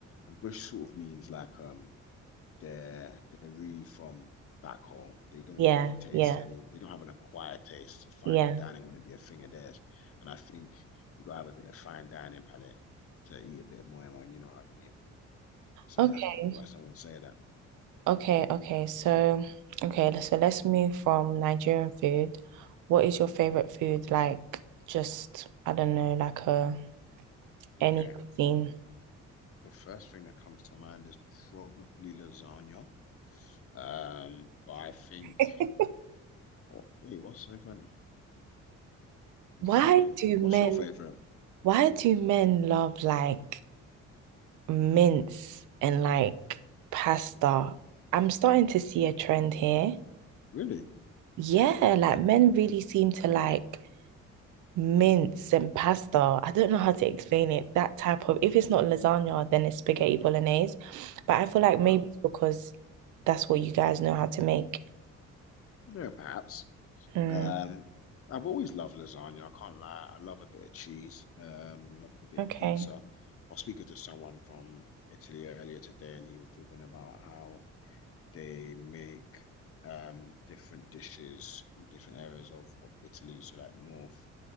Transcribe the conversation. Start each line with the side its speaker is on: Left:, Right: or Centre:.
Left: and bush sort of means like um they're they're really from back home. They don't
Right: yeah,
Left: really taste
Right: yeah,
Left: any. They don't have an acquired taste. So fine
Right: yeah.
Left: dining wouldn't be a thing of theirs. And I think you gotta have a bit of fine dining palate to eat a bit of moi moi. You know what I mean? So
Right: Okay,
Left: yeah, that's probably why someone say that.
Right: okay, okay. So okay, so let's move from Nigerian food. What is your favorite food? Like just I don't know, like a any
Left: Okay,
Right: cuisine.
Left: the first thing that comes to mind is probably lasagna. Um, but I think
Right: <laughs>
Left: What, wait, what's so funny? What's
Right: Why
Left: so funny?
Right: do men
Left: What's your favorite?
Right: Why do men love like mince and like pasta? I'm starting to see a trend here.
Left: Really?
Right: Yeah, like men really seem to like mince and pasta. I don't know how to explain it. That type of, if it's not lasagna, then it's spaghetti bolognese. But I feel like
Left: Wow.
Right: maybe it's because that's what you guys know how to make.
Left: Yeah, perhaps.
Right: Hmm.
Left: Um, I've always loved lasagna. I can't lie. I love a bit of cheese. Um, I love a bit
Right: okay.
Left: of pizza. I was speaking to someone from Italy earlier today, and he was talking about how they make um different dishes in different areas of, of Italy. So like north,